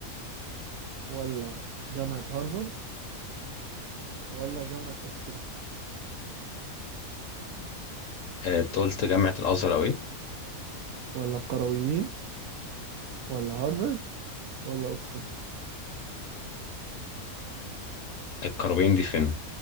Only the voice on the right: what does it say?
ولا جامعة هارفارد ولا جامعة أوكسفورد
ولا القرويين ولا هارفرد ولا اوكسفورد